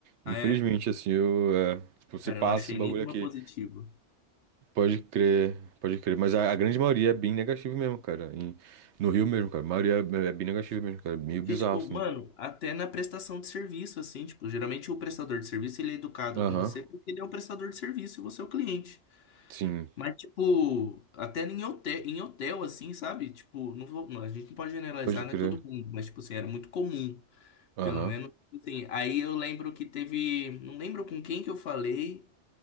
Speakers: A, on the right (about 70°); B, on the left (about 60°).
A: Infelizmente,
B: Ah, é?
A: assim, eu, é, tipo, você
B: Cara,
A: passa
B: eu não achei
A: esse bagulho
B: nenhuma
A: aqui.
B: positiva.
A: Pode crer, pode crer. Mas a, a grande maioria é bem negativo mesmo, cara. Em- no Rio mesmo, cara. A maioria é, é bem negativo mesmo, cara. Meio
B: Porque,
A: bizarro,
B: tipo,
A: assim.
B: mano, até na prestação de serviço, assim, tipo, geralmente o prestador de serviço, ele é educado
A: Aham,
B: com você porque ele é o prestador de serviço e você é o cliente.
A: sim.
B: Mas, tipo, até em hotel, em hotel, assim, sabe? Tipo, não vou- não, a gente não pode generalizar,
A: Pode
B: não
A: crer.
B: é todo mundo, mas, tipo assim, era muito comum,
A: Aham.
B: pelo menos, tipo assim. Aí eu lembro que teve, não lembro com quem que eu falei,